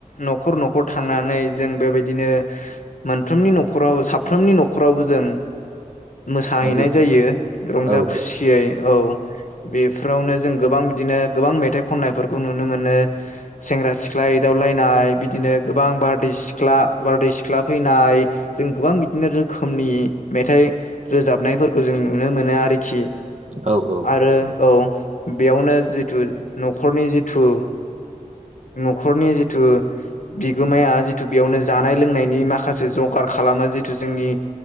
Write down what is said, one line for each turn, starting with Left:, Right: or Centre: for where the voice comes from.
Left: न'खर न'खर थांनानै जों बेबायदिनो मोनफ्रोमनि न'खराव साफ्रोमनि न'खरावबो जों मोसाहैनाय
Right: माने बै
Left: जायो रंजा
Right: औ
Left: खुसियै औ बेफोरावनो जों गोबां बिदिनो गोबां मेथाइ खननायफोरखौ नुनो मोनो सेंग्रा सिख्ला एदावलायनाय बिदिनो गोबां बारदै सि ख्ला बारदै सिख्ला फैनाय जों गोबां बिदिनो रोखोमनि मेथाइ रोजाबनायफोरखौ जों नुनो मोनो आरोखि।
Right: औ औ
Left: आरो औ बेयावनो जि थु न'खरनि जिथु न'खरनि जिथु बिगोमाया जिथु बेयावनो जानाय लोंनायनि माखासे जगार खालामो जिथु जोंनि